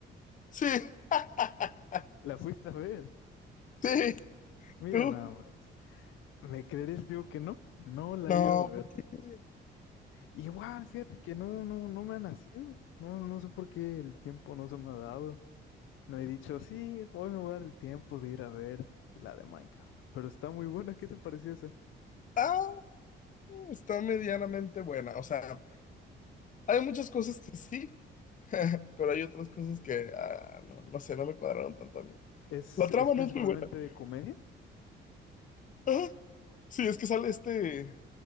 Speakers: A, on the left (about 40°); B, on the left (about 80°).
A: Sí, <laughs>
B: ¿La fuiste a ver?
A: sí,
B: Mira
A: tú.
B: nada más. ¿Me crees Digo que no. No la
A: No,
B: he ido a ver.
A: porque...
B: Igual, fíjate que no, no, no me ha nacido. No, no sé por qué el tiempo no se me ha dado. No he dicho, sí, hoy me voy a dar el tiempo de ir a ver la de Minecraft. Pero está muy buena, ¿qué te pareció esa?
A: Ah, está medianamente buena. O sea, hay muchas cosas que sí, pero hay otras cosas que, ah, no, no sé, no me cuadraron tanto a mí.
B: Es,
A: La trama
B: es principalmente
A: no es muy buena. <laughs>
B: de comedia,
A: Ah, Sí, es que sale este...